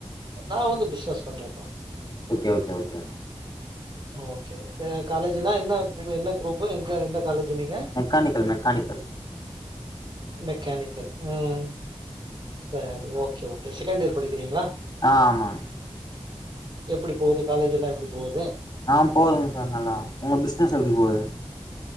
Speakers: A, on the right; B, on the left.
A: நா வந்து பிஸ்னஸ் பண்றேப்பா ம்
B: ஓகே ஓகே ஓகே
A: ஓகே இப்ப காலேஜ்னா என்ன என்ன குரூப்பு எங்க எந்த காலேஜ்ஜி நீங்க
B: மெக்கானிக்கல் மெக்கானிக்கல்
A: மெக்கானிக்கல் ம் சரி ஓகே ஓகே செகண்ட் இயர் படிக்கிறீங்களா
B: ஆ ஆமா
A: எப்டி போவுது காலேஜ்ஜி எல்லா எப்டி போவுது
B: ஆ போவுதுங்க சார் நல்லா உங்க பிஸ்னஸ் எப்டி போவுது